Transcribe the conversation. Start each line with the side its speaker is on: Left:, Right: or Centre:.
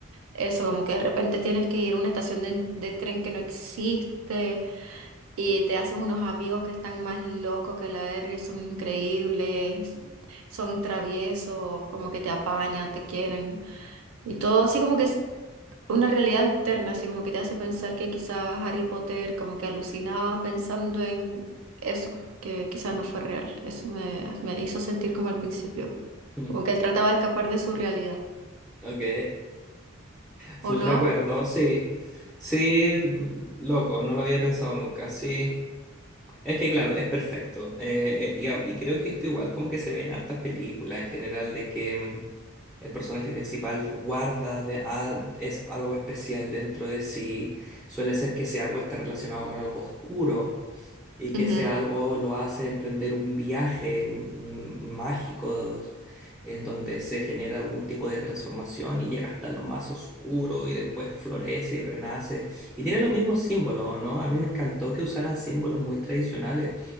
Right: eso como que de repente tienes que ir a una estación de, de tren que no existe y te haces unos amigos que están más locos que la verga y son increíbles, son traviesos, como que te apañan, te quieren y todo así como que una realidad alterna, así como que te hace pensar que quizás Harry Potter como que alucinaba pensando en eso, que quizás no fue real. Eso me, me hizo sentir como al principio,
Centre: <laughs>
Right: como que él trataba de escapar de su realidad,
Centre: Ok. Full
Right: ¿o no?
Centre: de acuerdo, sí. Sí, mm, loco, no lo había pensado nunca. Sí, es que claro, es perfecto. Eh, eh, y, a- y creo que esto igual como que se ve en hartas películas en general de que mm, el personaje principal guarda de, a- es algo especial dentro de sí. Suele ser que sea algo está relacionado con algo oscuro y que
Right: Ujú.
Centre: ese algo lo hace emprender un viaje mm, mágico en donde se genera algún tipo de transformación y llega hasta lo más oscuro y después florece y renace. Y tiene los mismos símbolos, ¿no? A mí me encantó que usaran símbolos muy tradicionales,